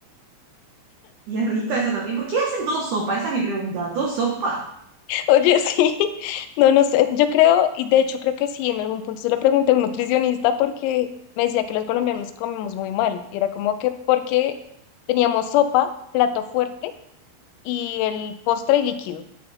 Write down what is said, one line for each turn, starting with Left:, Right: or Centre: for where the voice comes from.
Right: Y es rica esa también. ¿Por qué hacen todo sopa? Esa es mi pregunta. ¿Todo sopa?
Left: Oye, sí, <laughs> no, no sé, yo creo, y de hecho creo que sí, en algún punto se lo pregunté a un nutricionista porque me decía que los colombianos comemos muy mal, y era como que porque teníamos sopa, plato fuerte y el postre y líquido.